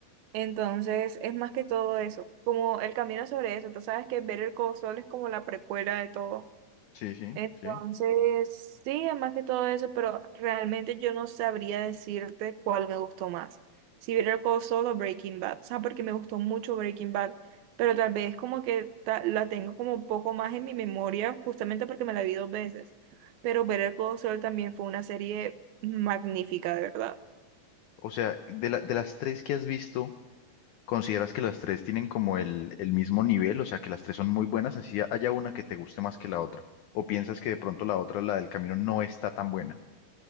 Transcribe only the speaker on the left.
Sí, sí,
sí.
O sea, de la- de las tres que has visto, ¿consideras que las tres tienen como el, el mismo nivel? O sea, que las tres son muy buenas, así haya una que te guste más que la otra. ¿O piensas que de pronto la otra, la del camino, no está tan buena?